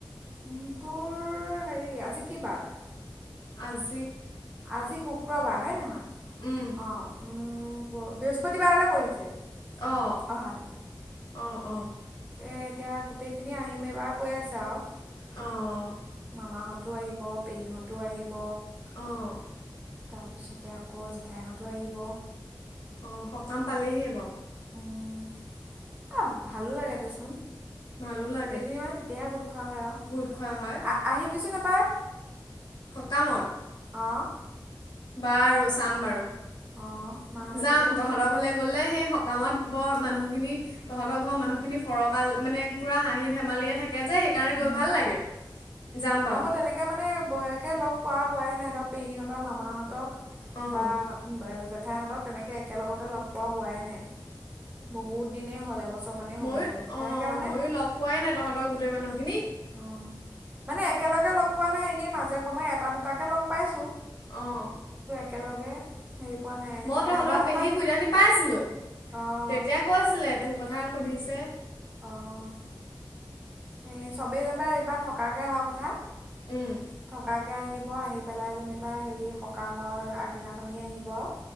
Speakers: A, on the right; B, on the left.
A: উম তোৰ হেৰি, আজি কি বাৰ?
B: আজ
A: আজি শুক্ৰবাৰ হয় নহয়,
B: উম,
A: অ' উম বৃহস্পতিবাৰ হ'লে পৰিছে,
B: অ',
A: অহাকে
B: অ', অ',
A: এতিয়া গোটেইখিনি আহিম এইবাৰ কৈ আছে আৰু
B: অ',
A: মামাহঁত কো আহিব, পেহীহঁতো আহিব।
B: অ',
A: তাৰপিছতে আকৌ জেঠাইহঁতো আহিব।
B: অঁ, সকাম পালেহে আকৌ।
A: উম অ' ভালো লাগে দেচোন।
B: ভালো লাগে
A: গোটেইখিনি মানে তেতিয়াহে গোট খোৱা হয় আৰু
B: গোট খোৱা হয়
A: আ আহিবিচোন এপাক।
B: কামত
A: অঁ
B: বাৰু, চাম বাৰু।
A: অঁ মাহঁতকো
B: যাম,
A: কবি
B: তহঁতৰ ঘৰলে গ'লে সেই কামত বৰ মানুহখিনি তহঁতৰ ঘৰৰ মানুহখিনি ফৰকাল মানে পুৰা হাঁহি ধেমালিয়ে থাকে। যে সেইকাৰণে গৈ
A: উম
B: ভাল লাগে যাম বাৰু
A: আৰু মই তেনেকে মানে বেকে লগ পোৱা পোৱাই নাই ধৰক পেহিহঁতক মামাহঁতক।
B: অঁ
A: বা জেঠাইহঁতক তেনেকে একেলগতে লগ পোৱা হোৱাই নাই। বহুত দিনেই হ'ল এবছৰ মানেই হ'ব
B: মইও
A: হ'ল তেনেকে
B: অঁ
A: মানে
B: ময়ো লগ পোৱাই নাই তহঁতৰ গোটেই মানুহখিনিক।
A: অঁ মানে একেলগে লগ পোৱা নাই এনেই মাজে সময়ে এটা দুটাকে লগ পাইছো।
B: অঁ
A: একেলগে হেৰি পোৱা নাই
B: মই
A: তাক
B: তহঁতৰ
A: এবাৰ যেনিবা
B: পেহীৰ খুৰীদেউহতিক পাইছিলো,
A: অঁ
B: তেতিয়া কৈছিলে তোক কথা সুধিছে।
A: অ' সেই চবেই যেনিবা এইবাৰ থকাকে অহা কথা,
B: উম,
A: থকাকে আহিব আহি পেলাই যেনিবা হেৰি সকামৰ আগদিনাখনি আহিব আৰু,